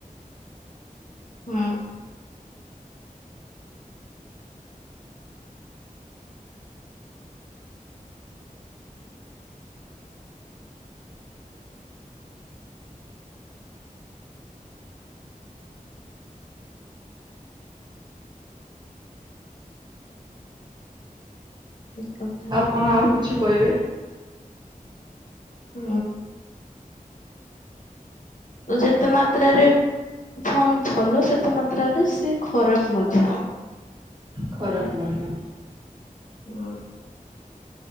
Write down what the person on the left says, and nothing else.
ହୁଁ। ଠିକ୍ କଥା।
ଉ ଯେତେ ମାତ୍ରାରେ ଫୋନ ଭଲ ସେତେ ମାତ୍ରାରେ ସେ ଖରାପ ମଧ୍ୟ।
ଅଁ।